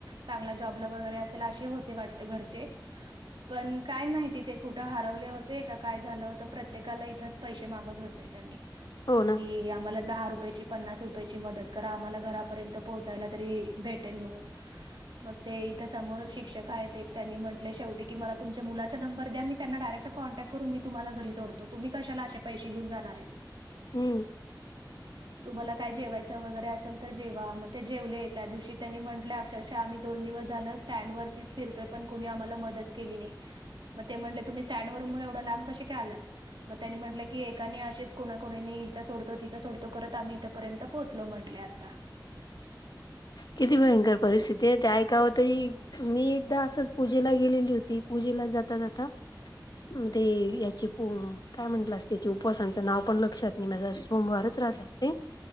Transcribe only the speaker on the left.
हो ना
हम्म
किती भयंकर परिस्थिती आहे ते ऐकाव तरी मी एकदा असंच पूजेला गेलेली होती पूजेला जाता जाता म्हण याचे प काय म्हंटलं अस त्याचे उपवासाांचं नाव पण लक्षात नाही माझ सोमवारच राहतात ते